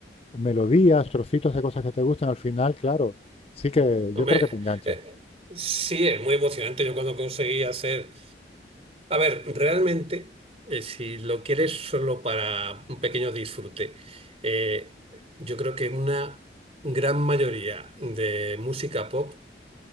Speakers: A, on the left; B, on the right.
A: melodías, trocitos de cosas que te gustan, al final, claro, sí que
B: Hombre,
A: yo creo que te engancha.
B: eh, sí, es muy emocionante. Yo cuando conseguí hacer... A ver, realmente, eh, si lo quieres solo para un pequeño disfrute, eh, yo creo que una gran mayoría de música pop